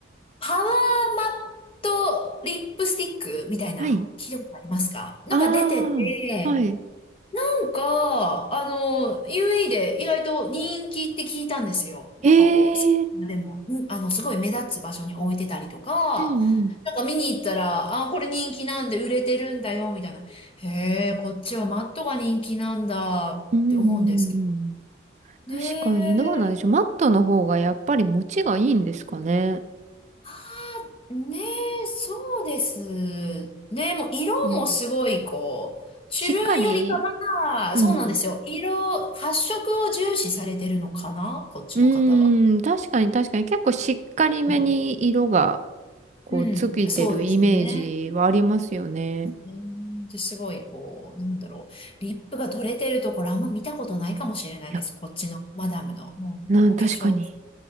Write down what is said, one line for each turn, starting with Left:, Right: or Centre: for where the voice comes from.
Left: パワーマットリップスティックみたいな、
Right: はい。
Left: 聞いたことありますかなんか出てて、
Right: ああ、はい。
Left: なんか、あの、UAE で意外と人気って聞いたんですよ。なんかこう、
Right: ええー、
Left: でも、うんあの、すごい目立つ場所に置いてたりとか、
Right: うんうん。
Left: なんか見に行ったら、あ、これ人気なんで売れてるんだよ、みたいな。へえ、こっちはマットが人気なんだって思うんですけど。
Right: うんうんうん
Left: ね
Right: うん。確かにどうなんでしょう。
Left: え。
Right: マットの方がやっぱり持ちがいいんですかね。
Left: はねえ、そうですね。もう色もすごいこう、
Right: うん。
Left: チュルンよりか
Right: しっかり、
Left: は、
Right: うん。
Left: そうなんですよ。色、発色を重視されてるのかなこっちの方は。
Right: うーん、確かに確かに結構しっかりめに色が
Left: うん
Right: こうついてるイメージはありますよね。
Left: うん、そうですね。うんで、すごいこう、なんだろう。リップが取れてるところあんま見たことないかもしれないです。
Right: いや、
Left: こっちのマダムの。もう、
Right: なん、確かに。
Left: お化粧、